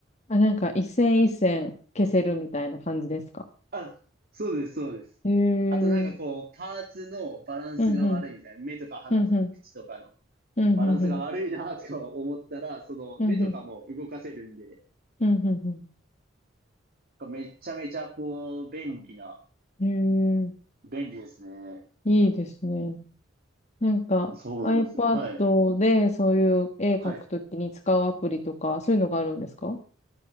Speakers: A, on the left; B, on the right.
A: あ、なんか、一線一線消せるみたいな感じですか
B: あ、そうです、そうです。
A: へえ。
B: あとなんかこう、パーツのバランスが悪いみたいな。
A: うんうん。
B: 目とか鼻とか口とかの
A: うんうん。うんうんうん。
B: バランスが悪いなとか思ったら、その目とかも動かせるんで、
A: うんうん。うんうん
B: めちゃめちゃこう、便利な、
A: うん。へえ。
B: 便利ですね。
A: いいですね。なんか
B: そうなんですよ。
A: iPad
B: はい。
A: でそういう絵描くときに使うアプリとか、
B: はい。
A: そういうのがあるんですか